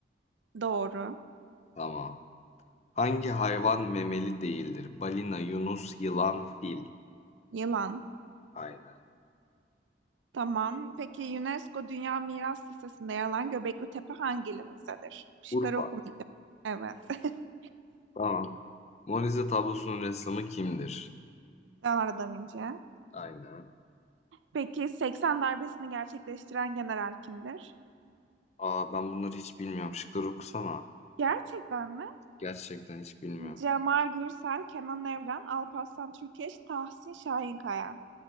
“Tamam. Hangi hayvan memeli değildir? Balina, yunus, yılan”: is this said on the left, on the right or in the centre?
Left